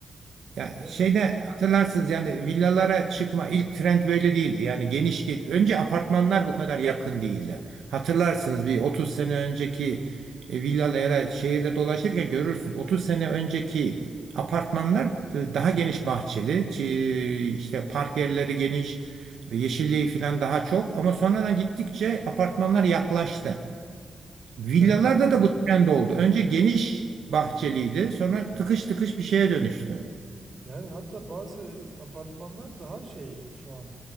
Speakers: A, on the right; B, on the right.
A: Ya
B: Ya-
A: şeyde hatırlarsınız yani villalara çıkma ilk trend böyle değildi. Yani geniş ge- önce apartmanlar bu kadar yakın değildi. Hatırlarsınız bir 30 sene önceki e, villala ya da şehirde dolaşırken görürsünüz. 30 sene önceki apartmanlar d- daha geniş bahçeli, çi- işte park yerleri geniş, yeşilliği falan daha çok ama sonradan gittikçe apartmanlar yaklaştı. Villalarda
B: evet.
A: da bu trend oldu. Önce geniş bahçeliydi, sonra tıkış tıkış bir şeye dönüştü.
B: Yani hatta bazı apartmanlar daha şey şu an